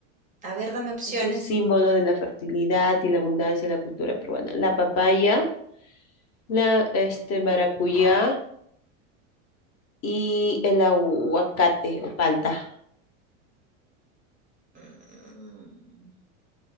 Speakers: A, on the right (about 20°); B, on the left (about 45°).
A: A ver, dame opciones.
B: Es un símbolo de la fertilidad y la abundancia de la cultura peruana. La papaya, la este maracuyá y el aguacate o palta.
A: Mm,